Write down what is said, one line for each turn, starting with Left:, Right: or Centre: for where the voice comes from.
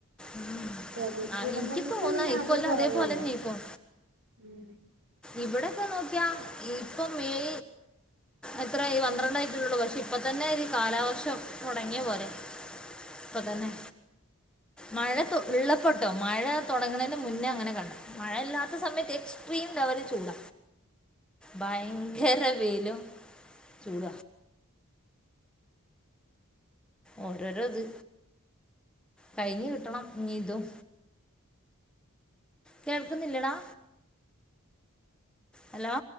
Centre: ഉം
Right: പ്രകൃതി
Centre: ആഹ്
Right: ദുരന്തങ്ങൾക്കൊന്നും
Centre: എനിക്ക് തോന്നാ
Right: യാതൊരു
Centre: ഇകൊല്ലും
Right: കുറവുമില്ല
Centre: അതേപോലെന്നെക്കും
Right: ഉം
Centre: ഇവിടൊക്കെ നോക്കിയാ ഇപ്പൊ മെയ് എത്രായി പന്ത്രണ്ടായിട്ടലെള്ളൂ പക്ഷെ ഇപ്പ തന്നെ ഈ കാലവർഷം തുടങ്ങിയ പോലെ ഇപ്പതന്നെ മഴ തു ഉള്ളപ്പെട്ടോ മഴ തുടങ്ങുന്നതിന്റെ മുന്നേ അങ്ങനെ കണ്ടു മഴല്ലാത്ത സമയത്ത് എക്സ്ട്രീം ലെവല് ചൂട ഭയങ്കര വെയിലും ചൂട ഓരോരോ ഇത് കഴിഞ്ഞ് കിട്ടണം ഇനി ഇതും കേൾക്കുന്നില്ലടാ ഹലോ